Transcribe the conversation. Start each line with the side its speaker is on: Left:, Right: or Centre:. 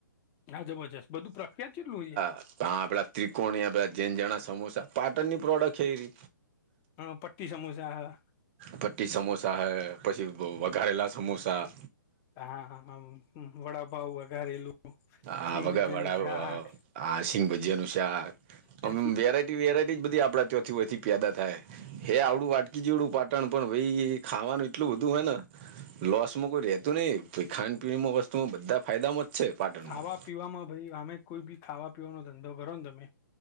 Left: હા જબરજસ્ત બધું પ્રખત જેટલું હોય.
Right: પણ આપડા ત્રિકોણીધા જેન જણા સમોસા. પાટણની પ્રોડક્ટ ખરી.
Left: હ પટ્ટી સમોસા હ હા
Right: પટ્ટી સમોસા હૈ પછી વઘારેલા સમોસા.
Left: હા વડા ભાવ વઘારેલું.
Right: આ
Left: સિંગ
Right: વગ
Left: ભજીયાનું
Right: વડા
Left: શાક
Right: આ શિંગ ભજ્જજી અનું શાક
Left: હમ
Right: વેરાટી. વેરાયટી જ બધી આપણા ત્યાંથી હો એથી પેદા થાય. હે આવડું વાટકી જેવડું પાટણ પણ ભાઈ ખાવાનું એટલું બધું હોય ને. લોસમાં કોઈ રેતું નહીિ ખાાન પીણીમાં વસ્તુમાં બધા ફાયદામાં જ છે પાટણમાં.
Left: ખાવા પીવામાં ભાઈ અમે કોઈ બી ખાવા પીવાનો ધંધો કરો ને તમે